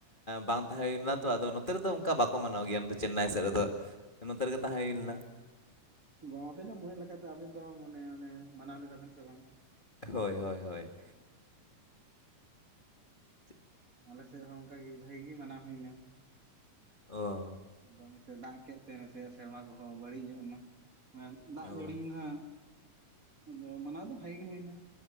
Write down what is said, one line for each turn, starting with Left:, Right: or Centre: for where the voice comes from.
Left: ᱵᱟᱝ ᱛᱟᱦᱮᱸ ᱦᱩᱭ ᱞᱮᱱᱟ ᱛᱚ ᱟᱫᱚ ᱱᱚᱛᱮ ᱨᱮᱫᱚ ᱚᱱᱠᱟ ᱵᱟᱠᱚ ᱢᱟᱱᱟᱣ ᱜᱮᱭᱟ ᱪᱮᱱᱱᱟᱭ ᱥᱮᱫ ᱨᱮᱫᱚ᱾ ᱱᱚᱛᱮ ᱨᱮᱜᱮ ᱛᱟᱦᱮᱸ ᱦᱩᱭ ᱞᱮᱱᱟ᱾
Right: ᱵᱟᱝ ᱟᱵᱮᱱ ᱱᱟᱝ ᱢᱚᱱᱮ ᱞᱮᱠᱟᱛᱮ ᱟᱵᱮᱱ ᱫᱚ ᱢᱟᱱᱮ ᱢᱟᱱᱟᱣ ᱞᱮᱫᱟ ᱵᱮᱱ ᱥᱮ ᱵᱟᱝ?
Left: ᱦᱳᱭ ᱦᱳᱭ ᱦᱳᱭ ᱪᱮᱫ
Right: ᱟᱞᱮᱥᱮᱫ ᱦᱚᱸ ᱚᱱᱠᱟ ᱜᱮ ᱵᱷᱟᱜᱤ ᱜᱮ ᱢᱟᱱᱟᱣ ᱦᱩᱭᱱᱟ᱾
Left: ᱚ
Right: ᱟᱫᱚ ᱱᱟᱥᱮ ᱫᱟᱜ ᱠᱮᱫ ᱛᱮ ᱱᱟᱥᱮ ᱥᱮᱨᱢᱟ ᱠᱚᱦᱚᱸ ᱵᱟᱹᱲᱤᱡ ᱧᱚᱜᱱᱟ᱾ ᱫᱟᱜ
Left: ᱚ
Right: ᱡᱟᱹᱲᱤ ᱭᱮᱱᱟ ᱟᱫᱚ ᱢᱟᱱᱟᱣ ᱫᱚ ᱵᱷᱟᱜᱤ ᱜᱮ ᱦᱩᱭᱮᱱᱟ